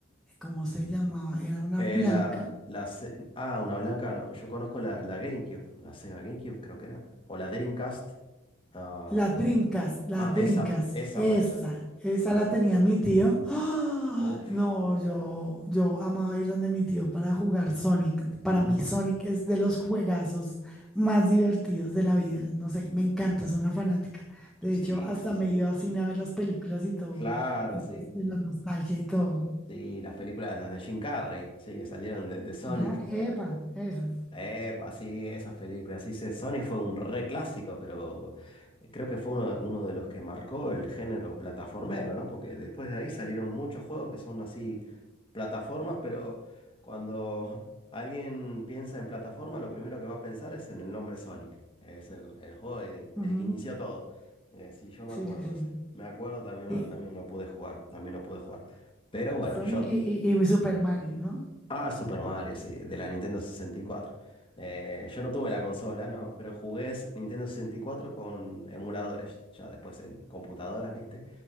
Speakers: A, in the centre; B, on the left (about 25°).
A: ¿cómo se llamaba? Era una
B: Eh,
A: blanca
B: la, la Se- ah, una blanca no. Yo conozco la, la GameCube, la Sega GameCube creo que era. O la Dreamcast. Ah,
A: La Dreamcast, la
B: ah,
A: Dreamcast,
B: esa, esa
A: esa,
B: puede ser.
A: esa
B: Sí.
A: la tenía mi tío. <gasps> ¡Ah!
B: Uf.
A: No, yo, yo amaba ir donde mi tío para jugar Sonic. Para
B: Ujú.
A: mí Sonic es de los juegazos más divertidos de la vida. No sé, me encanta, soy una fanática. De
B: Sí,
A: hecho, hasta
B: sí, sí.
A: me he ido a cine a ver las películas y todo,
B: Claro, sí.
A: pues, de la nostalgia y todo.
B: Sí, las películas, las de Jim Carrey, sí, que salieron de, de Sonic.
A: Ajá, epa, esas.
B: Eh, así esas películas, sí, sí, Sonic fue un re clásico, pero creo que fue uno, uno de los que marcó el género plataformero, ¿no? Porque después de ahí salieron muchos juegos que son así plataformas, pero cuando alguien piensa en plataforma, lo primero que va a pensar es en el nombre Sonic. Es el, el juego, el,
A: Ujú,
B: el que inició todo. Eh, sí, yo me
A: Sí,
B: acuerdo
A: sí, sí.
B: de eso. Me acuerdo, también lo,
A: Y
B: también lo pude jugar, también lo pude jugar. Pero bueno,
A: Sonic
B: yo
A: y, y- y mi Super Mario, ¿no?
B: Ah, Super Mario, sí, de la Nintendo 64. Eh, yo no tuve la consola, ¿no? Pero jugué s- Nintendo sesenta y cuatro con emuladores, ya después en computadoras, ¿viste?